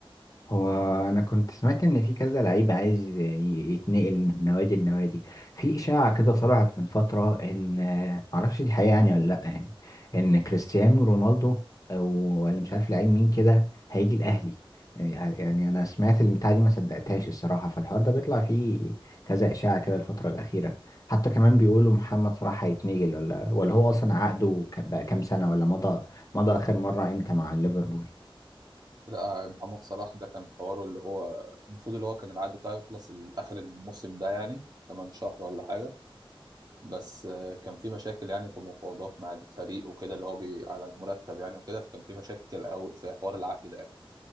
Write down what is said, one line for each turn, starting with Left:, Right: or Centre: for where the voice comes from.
Left: هو انا كنت سمعت ان في كذا لعيب عايز ي- يتنقل من نوادي لنوادي في اشاعه كده طلعت من فتره ان معرفش دي حقيقه يعني ولا لا يعني ان كريستيانو رونالدو او ولا مش عارف لعيب مين كده هيجي الاهلي يعني يعني انا سمعت البتاعه دي ما صدقتهاش الصراحه فالحوار ده بيطلع فيه كذا اشاعه كده الفتره الاخيره حتى كمان بيقولوا محمد صلاح هيتنقل ولا ولا هو اصلا عقده ك- بقى كام سنه ولا مضى مضى اخر مره امتى مع ليفربول
Right: لا محمد صلاح ده كان حواره اللي هو المفروض اللي هو كان العقد بتاعه يخلص ال- اخر الموسم ده يعني كمان شهر ولا حاجه بس آه، كان في مشاكل يعني في مفاوضات مع الفريق وكده اللي هو بي على المرتب يعني وكده فكان في مشاكل أوي في حوار العقد ده يعني.